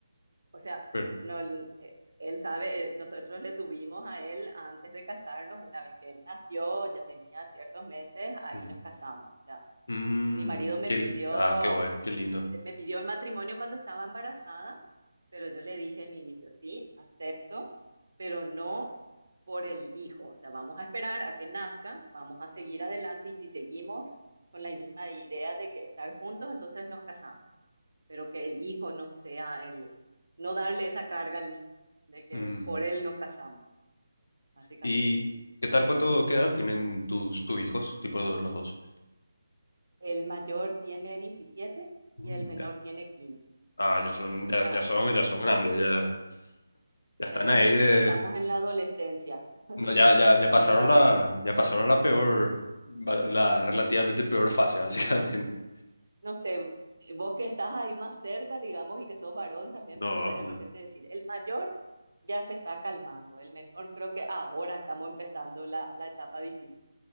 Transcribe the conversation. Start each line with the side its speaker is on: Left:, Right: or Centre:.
Right: O sea,
Left: Pero,
Right: no, él eh, él sabe, eh, nosotros le tuvimos a él antes de casarnos, una vez que él nació, ya tenía ciertos meses, ahí
Left: ujú.
Right: nos casamos. O sea,
Left: Mm,
Right: mi marido me
Left: qué
Right: pidió,
Left: le- ah, qué bueno,
Right: o sea,
Left: qué lindo.
Right: de- me pidió el matrimonio cuando estaba embarazada, pero yo le dije en inicio, sí, acepto, pero no por el hijo. O sea, vamos a esperar a que nazca, vamos a seguir adelante y si seguimos con la misma idea de que estar juntos, entonces nos casamos. pero que el hijo no sea el, no darle esa carga al niño de que
Left: Mm,
Right: por él nos casamos, básicamente.
Left: ¿Y qué tal? ¿Cuánto, qué edad tienen tus, tus hijos? Tipo los los dos.
Right: El mayor tiene 17 y
Left: Mm,
Right: el menor
Left: ya.
Right: tiene quince
Left: Ah, ya son,
Right: Entonces
Left: ya,
Right: ya,
Left: ya son, ya son grandes, ya, ya están
Right: eh,
Left: ahí de.
Right: ya estamos en la adolescencia,
Left: No, ya, ya,
Right: pasando
Left: ya pasaron
Right: la adolescencia.
Left: la, ya pasaron la peor, la relativamente peor fase, <laughs> básicamente.
Right: No sé, vos que estás ahí más cerca, digamos, y que sos varón, también
Left: No,
Right: me podés de
Left: no.
Right: repente decir, el mayor ya se está calmando, el menor creo que ahora estamos empezando la, la etapa difícil,